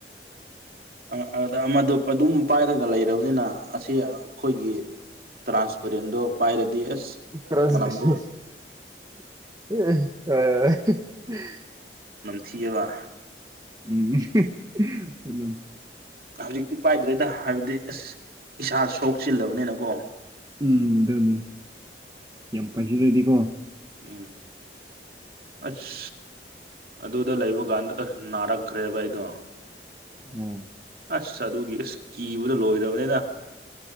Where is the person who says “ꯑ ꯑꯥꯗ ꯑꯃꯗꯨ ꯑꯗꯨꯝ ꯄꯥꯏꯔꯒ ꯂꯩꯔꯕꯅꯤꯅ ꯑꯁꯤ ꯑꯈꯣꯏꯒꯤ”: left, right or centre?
Right